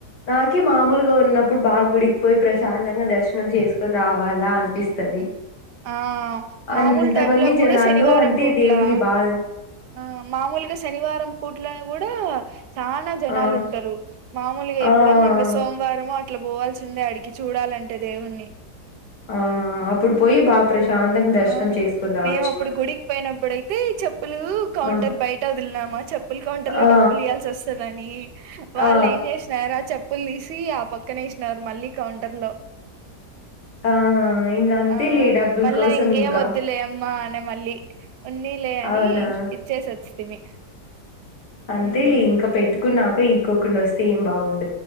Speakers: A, on the left (about 80°); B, on the right (about 80°).
A: నాకి మామలుగా ఉన్నప్పుడు బాగా గుడికి పోయి, ప్రశాంతంగా దర్శనం చేసుకొని రావాలా అనిపిస్తది.
B: ఆ మామూలు
A: అంతమంది
B: టైమ్ లా కూడా
A: జనాల్లో
B: శనివారం
A: అంటే
B: పుట్లా
A: దేవుణ్ణి బాగా
B: ఆ మామూలుగా శనివారం పూట్ల కూడా చానా జనాలు
A: ఆ
B: ఉంటరు మామూలుగా
A: ఆ
B: ఎప్పుడన్నా ఇంగ సోమవారము. అట్ల పోవాల్సిందే ఆడికి చూడాలంటే దేవుణ్ణి
A: ఆ అప్పుడు పోయి బా ప్రశాంతంగా దర్శనం
B: ఆ
A: చేసుకొని రావచ్చు
B: మేము అప్పుడు
A: మనం
B: గుడికి పోయినప్పుడయితే చెప్పులు కౌంటర్
A: ఆ
B: బయట వదిల్ చెప్పినామ చెప్పుల కౌంటర్ లో
A: ఆ
B: డబ్బులు ఇయ్యాల్సి వస్తదని వాళ్ళు
A: ఆ
B: ఏం చేసినార చెప్పులు తీసి ఆ పక్కనే వేసినారు మళ్ళీ కౌంటర్లో
A: ఆ ఇంగ అంతేలే
B: ఆ
A: డబ్బుల కోసం
B: లా ఇంగేం
A: ఇంకా
B: వద్దులే అమ్మా అనా మళ్ళీ ఉన్నిలే అని
A: అవునా
B: ఇచ్చేసి వచ్చితిమి
A: అంతే
B: ఉమ్
A: లే ఇంకా పెట్టుకున్నాక ఈకోకుండా వస్తే ఏం బాగున్